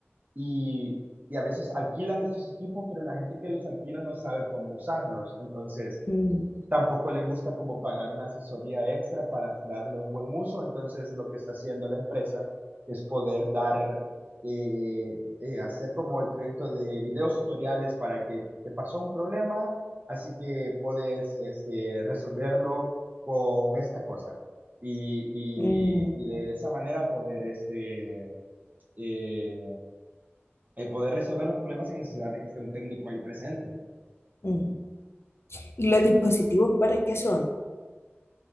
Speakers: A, on the right; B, on the left.
A: y, y a veces alquilan estos equipos, pero la gente que los alquila no sabe cómo usarlos. Entonces,
B: Mm,
A: tampoco le gusta como pagar una asesoría extra para darle un buen uso, entonces lo que está haciendo la empresa es poder dar, eh, eh, hacer como el proyecto de videos tutoriales para que te pasó un problema, así que puedes este, resolverlo con esta cosa. Y, y-
B: mm,
A: y de
B: mm,
A: esa manera poder, este, eh, eh, poder resolver los problemas sin necesidad de que esté un técnico ahí presente.
B: mm. ¿Y los dispositivos para qué son?